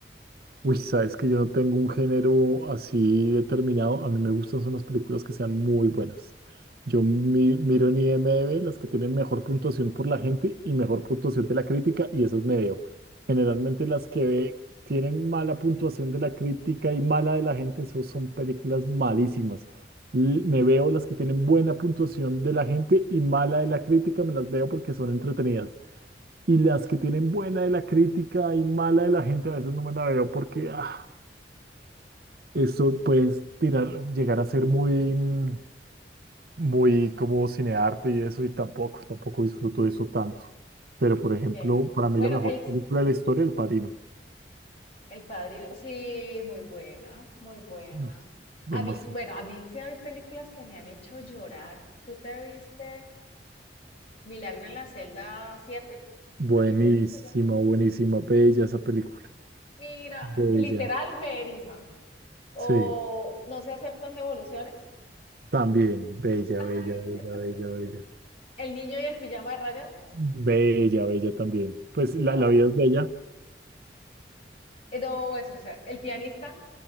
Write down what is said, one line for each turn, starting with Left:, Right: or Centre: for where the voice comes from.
Right: Uy, sabes que yo no tengo un género así determinado. A mí me gustan son las películas que sean muy buenas. Yo mi- miro en IMDb las que tienen mejor puntuación por la gente y mejor puntuación de la crítica y esas me veo. Generalmente las que tienen mala puntuación de la crítica y mala de la gente, eso son películas malísimas. L- Me veo las que tienen buena puntuación de la gente y mala de la crítica, me las veo porque son entretenidas. Y las que tienen buena de la crítica y mala de la gente, a veces no me la veo porque ah, eso puede tirar, llegar a ser muy, mm, muy como cinearte y eso, y tampoco, tampoco disfruto de eso tanto. Pero, por
Left: Okay.
Right: ejemplo, para mí
Left: Bueno,
Right: la mejor
Left: el,
Right: película de la historia, El Padrino.
Left: el Padrino, sí, muy buena, muy buena.
Right: No, demasiado.
Left: A mí, bueno, a mí sí hay películas que me han hecho llorar. ¿Tú te viste Milagro en la celda siete
Right: Buenísima,
Left: Algo así creo que se llama.
Right: buenísima, bella esa película.
Left: Mira,
Right: Bella,
Left: literal me eriza. o
Right: sí,
Left: no se aceptan devoluciones,
Right: también, bella,
Left: Ay,
Right: bella, bella,
Left: esta
Right: bella,
Left: película.
Right: bella.
Left: El niño y el pijama de rayas,
Right: Bella, bella también. Pues la,
Left: Ay.
Right: la vida es bella,
Left: eh, no, eso, o sea, El pianista,